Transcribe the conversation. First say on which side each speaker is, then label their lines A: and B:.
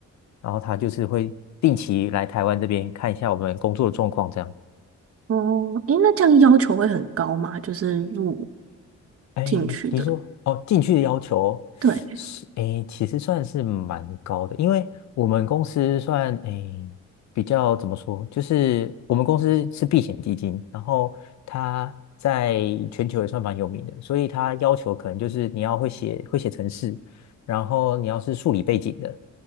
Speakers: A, on the left; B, on the right.
A: 然后它就是会定期来台湾这边看一下我们工作的状况这样。
B: 哦，诶，那这样要求会很高吗？就是入
A: 哎，
B: 进去的，
A: 你说哦，进去的要求是哎，
B: 对，
A: 其实算是蛮高的，因为我们公司算哎比较怎么说，就是我们公司是避险基金，然后它在全球也算蛮有名的，所以它要求可能就是你要会写会写程式，然后你要是数理背景的，